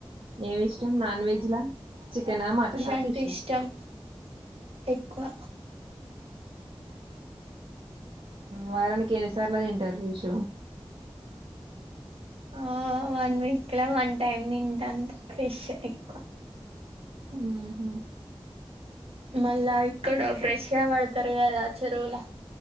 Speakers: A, on the right; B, on the right.
A: ఏమి ఇష్టం నాన్ వెెజ్లా చికెనా మటనా
B: అంటే
A: ఫిష్
B: ఇష్టం
A: ఆ
B: ఎక్కువ
A: వారానికి ఎన్నిసార్లు తింటారు ఫిష్
B: ఆ వన్ వీక్లా వన్ టైమ్ తింట అంతే ఫిష్ ఎక్కువ
A: హ్హ్మ్
B: మళ్ళా ఇక్కడ ఫ్రెష్ గా పడతారు కదా చెరువుల